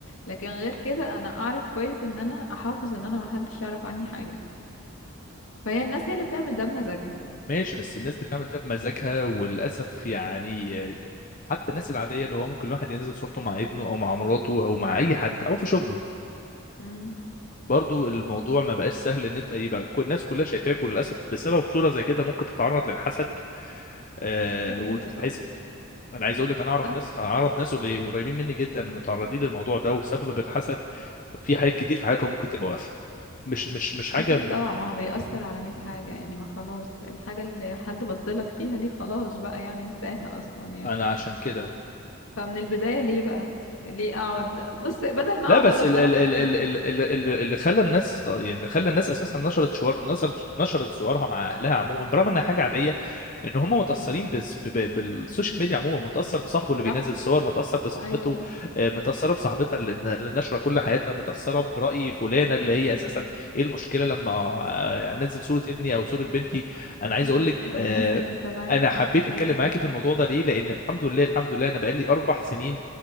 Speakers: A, on the left; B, on the left.
A: لكن غير كده انا اعرف كويس ان انا احافظ ان انا محدش يعرف عني حاجة فهي الناس هي اللي بتعمل ده بمزاجها
B: ماشي بس الناس بتعمل ده بمزاجها وللاسف يعني آه، حتى الناس العاديه اللي هو ممكن الواحد ينزل صورته مع ابنه او مع مراته او مع اي حد او في شغله
A: امم
B: برضو الموضوع ما بقاش سهل ان انت يبقى كل- الناس كلها شايفاك وللاسف بسبب صوره زي كده ممكن تتعرض للحسد آه
A: ايوه
B: وتتحسد
A: صح
B: انا عايز اقول لك انا اعرف
A: صح
B: ناس انا اعرف ناس اللي قريبين مني جدا متعرضين للموضوع ده وسبب الحسد في حاجات كتير في حياتهم ممكن تبقى واقفه مش مش مش حاجه
A: اكيد
B: م-
A: طبعا ما هو بيأثر على مية حاجة يعني ما خلاص الحاجة اللي حد بصلك فيها دي خلاص بقى يعني انساها اصلا يعني
B: انا عشان كده
A: فمن البداية ليه بقى ليه اقعد بص بدل ما
B: لا
A: اقعد
B: بس
A: اقول
B: ال
A: اصل
B: ال
A: انا اتحسدت
B: ال ال ال ال- ال- اللي خلى الناس ط- يعني اللي خلى الناس اساسا نشرت شوار نشرت نشرت صورها مع اهلها عموما برغم انها حاجه عاديه ان هم متاثرين
A: مم.
B: بس ب- ب- بالسوشيال ميديا عموما متاثر بصاحبه اللي بينزل
A: صح
B: صور متاثر بصاحبته
A: ايوه صح
B: آه، متاثره بصاحبتها اللي اللي نشره كل حياتها متاثره براي فلانه اللي
A: مم.
B: هي اساسا ايه المشكله لما آه، انزل صوره ابني او صوره بنتي انا
A: مم.
B: عايز اقول لك
A: والناس
B: آه،
A: اللي متابعينهم
B: انا حبيت اتكلم
A: ايوه
B: معاكي في الموضوع ده ليه لان الحمد لله الحمد لله انا بقالي اربع سنين